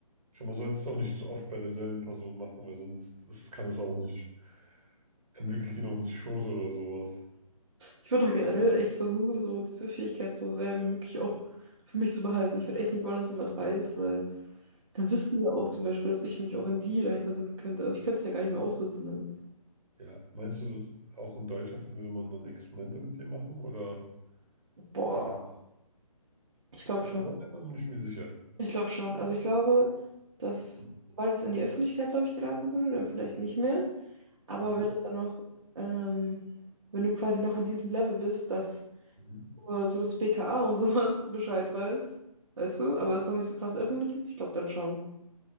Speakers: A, on the right; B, on the right.
A: schon mal sollte es auch nicht zu oft bei derselben Person machen, weil sonst ist, kann das auch nicht. Entwickelt die noch einen Schoß oder sowas.
B: Ich würde auch generell echt versuchen, so diese Fähigkeit so sehr wie möglich auch für mich zu behalten. Ich würde echt nicht wollen, dass jemand weiß, weil dann wüssten die ja auch zum Beispiel, dass ich mich auch in die reinversetzen könnte. Also ich könnte es ja gar nicht mehr aussitzen dann.
A: Ja, meinst du, auch in Deutschland würde man dann Experimente mit dir machen oder
B: Boah,
A: wie?
B: ich glaube
A: Bei
B: schon.
A: anderen Ländern bin ich mir sicher.
B: Ich glaube schon. Also ich glaube, dass
A: Mhm.
B: sobald es an die Öffentlichkeit, glaube ich, geraten würde, dann vielleicht nicht mehr. Aber
A: Mhm.
B: wenn es dann noch, ähm, wenn du quasi noch an diesem Level bist, dass
A: Mhm.
B: nur so das BKA und sowas <laughs> Bescheid weiß, weißt du, aber es noch nicht so krass öffentlich ist, ich glaube dann schon.